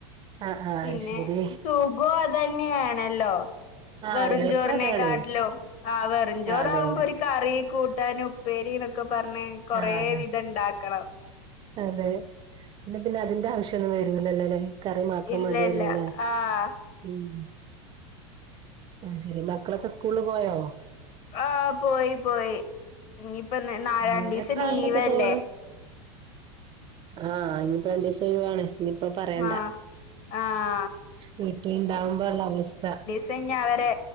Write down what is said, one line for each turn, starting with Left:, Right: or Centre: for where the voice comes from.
Right: ആഹ് ആഹ്
Left: പിന്നെ
Right: ശരി
Left: സുഖോ <unintelligible> ണല്ലോ
Right: ആഹ്
Left: വെറുംചോറിനെ
Right: എളുപ്പം അതാണ്
Left: കാട്ടിലും. ആ വെറും ചോറാവുമ്പോ
Right: ആഹ് അതെ അതെ
Left: ഒരു! കറി, കൂട്ടാന്, ഉപ്പേരി ന്നൊക്കെ പറഞ് കൊറെ
Right: ആഹ്
Left: വിധം ണ്ടാക്കണം.
Right: അതെ? എന്നാ പിന്നെ അതിന്റെ ആവശ്യംഒന്നും വരൂലല്ലോല്ലെ? കറി മാത്രം
Left: ഇല്ല
Right: മതിയല്ലോല്ലേ?
Left: ഇല്ല ആഹ്
Right: ഉം! അയ്ശെരി. മക്കളൊക്കെ സ്കൂളിൽ പോയോ?
Left: ആഹ്. പോയി, പോയി. ഇഞ്ഞിപ്പോ നാ..
Right: ഉം
Left: രണ്ടീസം
Right: എത്ര
Left: ലീവല്ലേ?
Right: ആളുണ്ടപ്പോ പോണ് ആഹ്, ഇഞ് പ്പൊ രണ്ടീസം ഒഴിവാണ്. ഇനിയിപ്പോ പറയണ്ട.,
Left: ആഹ് ആഹ്
Right: വീട്ടില് ണ്ടാവുമ്പോള്ള അവസ്ഥ.
Left: ചൈഞ്ഞ അവരെ,